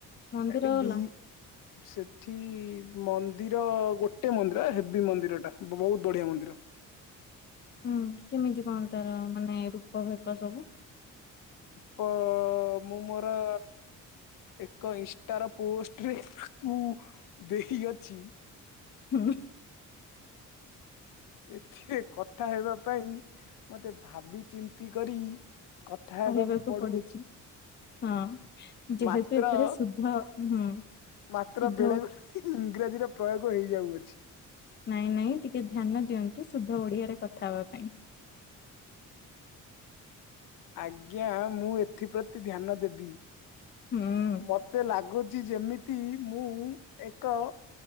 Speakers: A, on the left (about 35°); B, on the left (about 85°).
A: ମନ୍ଦିର
B: ଏଠି
A: ଗଲ?
B: ବି ସେଠି ମନ୍ଦିର ଗୋଟେ ମନ୍ଦିର ହେ ହେଭି ମନ୍ଦିର ଟା ବହୁତ ବଢିଆ ମନ୍ଦିର।
A: ହୁଁ କେମିତି କଣ ତାର ମାନେ ରୂପ ଫେକ ସବୁ?
B: ପ ମୁ ମର ଏକ ଇନଷ୍ଟାର ପୋଷ୍ଟରେ <unintelligible> ଦେଇଅଛି।
A: ହୁଁ
B: ଏଥିରେ କଥା ହେବା ପାଇଁ ମତେ ଭାବି ଚିନ୍ତି କରି କଥା ହେବାକୁ
A: କହିବାକୁ
B: ପଡୁଅଛି
A: ପଡୁଛି, ହଁ ଯେହେତୁ
B: ମାତ୍ର
A: ଏଥିରେ ସୁଦ୍ଧ ହୁଁ
B: ମାତ୍ର
A: ଶୁଦ୍ଧ
B: ବେଳେ ବେଳେ ଇଂରାଜୀର ପ୍ରୟୋଗ ହେଇଯାଉଅଛି।
A: ନାଇଁ ନାଇଁ ଟିକେ ଧ୍ୟାନ ଦିଅନ୍ତୁ ସୁଧ ଓଡିଆରେ କଥା ହେବା ପାଇଁ।
B: ଆଜ୍ଞା ମୁଁ ଏଥିପ୍ରତି ଧ୍ୟାନ ଦେବି।
A: ହୁଁ
B: ମୋତେ ଲାଗୁଛି ଯେମିତି ମୁଁ ଏକ